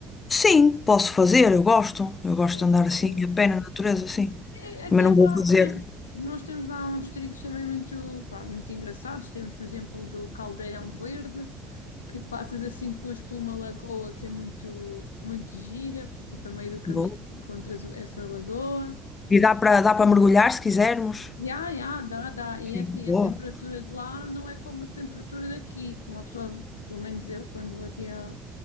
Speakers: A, on the left; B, on the left.
A: Sim, posso fazer, eu gosto. Eu gosto
B: Ok.
A: de andar assim, a pé na natureza, sim.
B: É, Até
A: Mas não
B: lá,
A: vou fazer.
B: tem- nós temos lá uns trilhos também muito, pá, muito engraçados. Temos, por exemplo, o do Caldeirão Verde, que passas assim depois por uma lagoa que é muito, muito gira, tipo a meio do caminho
A: Vou.
B: encontras essa lagoa.
A: E dá para dá para mergulhar se quisermos.
B: Ya, ya, dá, dá. E
A: Sim,
B: é assim,
A: boa.
B: a temperatura de lá não é como a temperatura daqui, que uma pessoa, pelo menos eu, quando vou aqui à,